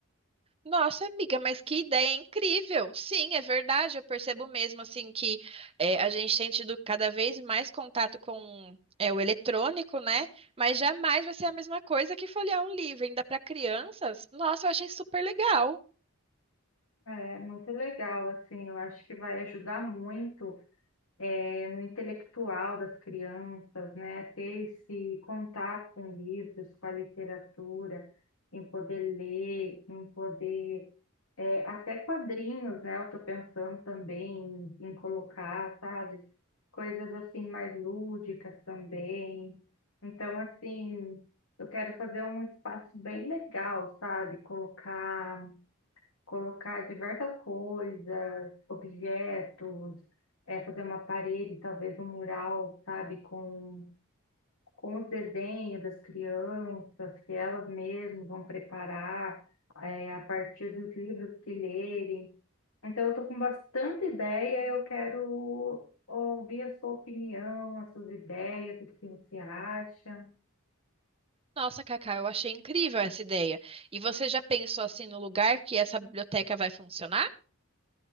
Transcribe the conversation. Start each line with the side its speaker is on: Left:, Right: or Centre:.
Right: Nossa, amiga, mas que ideia incrível! Sim, é verdade. Eu percebo mesmo assim que é, a gente tem tido cada vez mais contato com é, o eletrônico, né? Mas jamais vai ser a mesma coisa que folhear um livro, ainda para crianças. Nossa, eu achei super legal.
Left: É muito legal, assim, eu acho que vai ajudar muito, é, no intelectual das crianças, né? Ter esse contato com livros, com a literatura, em poder ler, em poder É, até quadrinhos, né? Eu tô pensando também em, em colocar, sabe? Coisas assim mais lúdicas também. Então, assim, eu quero fazer um espaço bem legal, sabe? Colocar, colocar diversas coisas, objetos, é, fazer uma parede, talvez um mural, sabe? Com, com os desenhos das crianças, que elas mesmas vão preparar é, a partir dos livros que lerem. Então, eu estou com bastante ideia, eu quero ouvir a sua opinião, as suas ideias, o que você acha.
Right: Nossa, Cacá, eu achei incrível essa ideia. E você já pensou assim no lugar que essa biblioteca vai funcionar?